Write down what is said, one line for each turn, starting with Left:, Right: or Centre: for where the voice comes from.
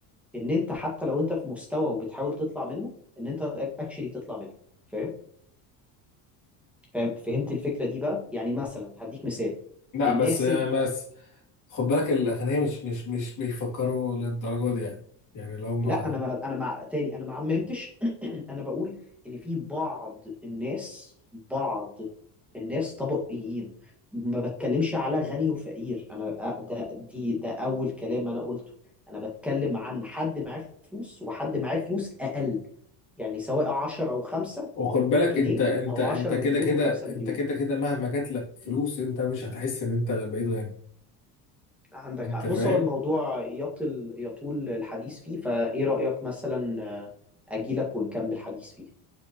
Centre: ان انت حتى لو انت في مستوى وبتحاول تطلع منه ان انت اكشلي تطلع منه فاهم فاهم فهمت الفكرة دي بقى يعني مثلا هديك مثال
Left: لا
Centre: الناس
Left: بس بس
Centre: ال...
Left: خد بالك الاغنياء مش مش مش بيفكروا للدرجه دي يعني يعني لو ما
Centre: لا انا ما انا مع تاني انا ما عممتش <clears throat> انا بقول ان في بعض الناس بعض الناس طبقيين ما بتكلمش على غني وفقير انا أ- ده دي ده اول كلام انا قلته انا بتكلم عن حد معاه فلوس وحد معاه فلوس اقل يعني سواء 10 او 5
Left: وخد بالك
Centre: جنيه
Left: انت انت
Centre: او
Left: انت
Centre: 10 مليون
Left: كده كده
Centre: و5 مليون
Left: انت كده كده مهما جات لك فلوس
Centre: م.
Left: انت مش هتحس ان انت بقيت غني
Centre: عندك
Left: انت
Centre: حق
Left: فاهم
Centre: بص هو الموضوع يطل يطول الحديث فيه فايه رأيك مثلا اجيلك ونكمل حديث فيه